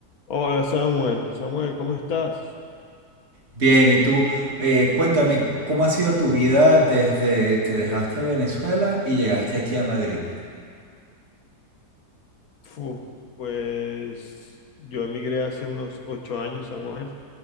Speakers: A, on the left; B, on the right.
A: Hola Samuel, Samuel, ¿cómo estás?
B: Bien, y tú, eh, cuéntame, ¿cómo ha sido tu vida desde que dejaste Venezuela y llegaste aquí a Madrid?
A: Fu, pues yo emigré hace unos ocho años, Samuel,